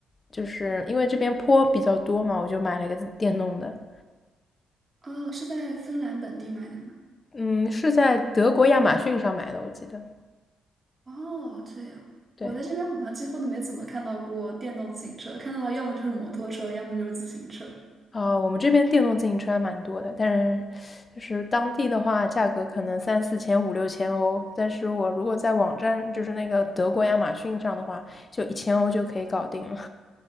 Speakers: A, on the left (about 30°); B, on the right (about 25°).
A: 就是因为这边坡比较多嘛，我就买了一个自电动的，
B: 哦，是在芬兰本地买的吗？
A: 嗯，是在德国亚马逊上买的，我记得，
B: 哦，这样，
A: 对。
B: 我在这边好像几乎都没怎么看到过电动自行车，看到要么就是摩托车，要么就是自行车。
A: 啊，我们这边电动自行车还蛮多的，但是就是当地的话，价格可能三四千、五六千欧。但是我如果在网站，就是那个德国亚马逊上的话，就一千欧就可以搞定了。